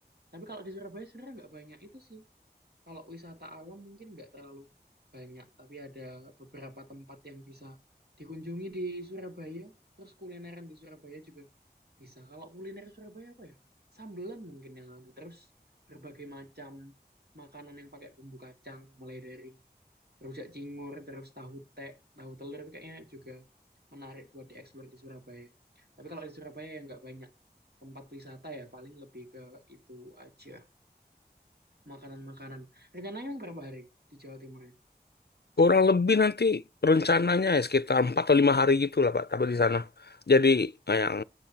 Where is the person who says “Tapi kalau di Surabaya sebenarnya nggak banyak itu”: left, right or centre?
Right